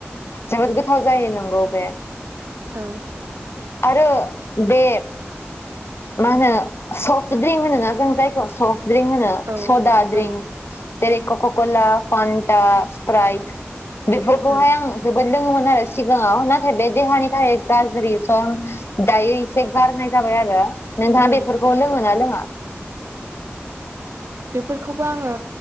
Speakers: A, on the left; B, on the right.
A: जोबोद गोथाव जायो नोंगौ बे
B: औ।
A: आरो बे मा होनो सफ्ट ड्रिंक होनोना जों जायखौ सफ्ट ड्रिंक न
B: औ
A: सदा ड्रिंक
B: औ
A: जेरै कका कला फान्टा सिप्राइट बेफोरखौहाय
B: ओं
A: आं जोबोद लोङोमोन। आरो सिगाङाव नाथाय बे देहानि थाखाय गाज्रि स दायो एसे गारनाय जाबाय आरो नोंथाङा बेफोरखौ
B: ओं
A: लोङोना लोङा?
B: बेफोरखौबो आङो